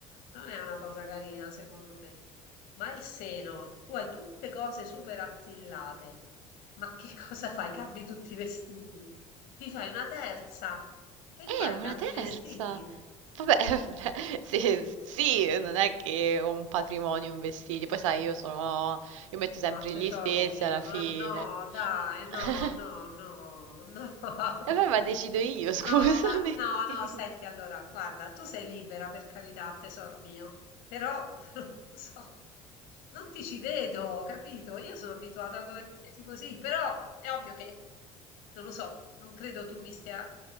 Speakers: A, on the left (about 70°); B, on the right (about 80°).
A: non è una cosa carina secondo me. Ma il seno, tu hai tutte cose super attillate, ma che <laughs> cosa fai? Cambi tutti i vestiti? Ti fai una terza e fai,
B: Eh, una
A: cambi
B: terza!
A: i vestiti.
B: Vabbè, <laughs> sì, sì, non è che ho un patrimonio in vestiti, poi sai, io sono, io metto sempre
A: Ma tesoro
B: gli stessi
A: mio,
B: alla
A: ma
B: fine.
A: no, dai, no,
B: <laughs>
A: no, no, no, <laughs>
B: E vabbè, ma decido io, scusami.
A: no, va- no, no,
B: <laughs>
A: senti, allora, guarda, tu sei libera per carità, tesoro mio, però <laughs> non so, non ti ci vedo, capito? Io sono abituata a vederti così, però è ovvio che, non lo so, non credo tu mi stia